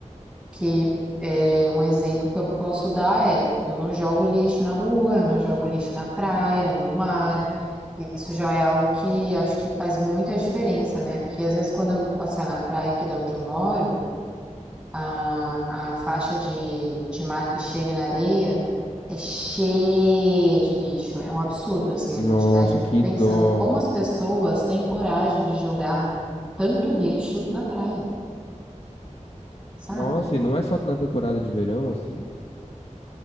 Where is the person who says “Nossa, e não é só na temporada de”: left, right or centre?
Left